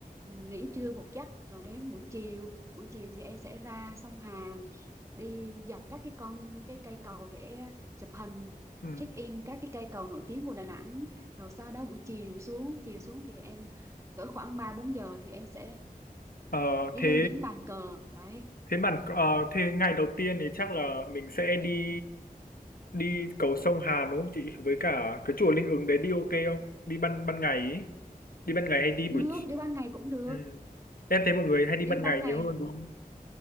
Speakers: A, on the right (about 20°); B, on the left (about 75°).
A: nghỉ trưa một giấc rồi đến buổi chiều buổi chiều thì em sẽ ra sông Hàn đi dọc các cái con cái cây cầu để chụp hình
B: ừ
A: check in các cái cây cầu nổi tiếng của Đà Nẵng rồi sau đó buổi chiều xuống chiều xuống thì em cỡ khoảng 3 4 giờ thì em sẽ
B: ờ,
A: đi
B: thế
A: lên đỉnh bàn cờ đấy
B: Thế bạn ờ, thế ngày đầu tiên thì chắc là mình sẽ đi đi cầu sông Hàn đúng không chị? Với cả cái chùa Linh Ứng đấy đi ok không? Đi ban ban ngày ý. Đi ban ngày hay đi
A: được
B: buổi chi-
A: đi ban ngày cũng được
B: ừ. Em thấy mọi người hay đi
A: đi
B: ban
A: ban
B: ngày
A: ngày
B: nhiều hơn đúng không?